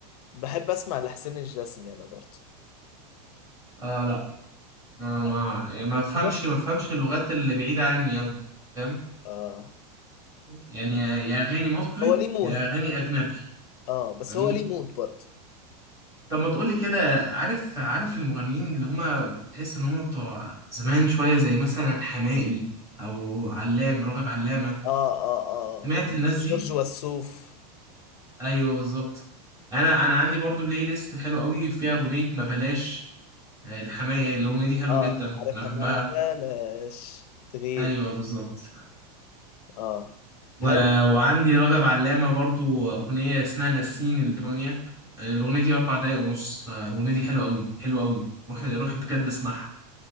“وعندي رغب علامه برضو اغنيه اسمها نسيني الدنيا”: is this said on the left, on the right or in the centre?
Right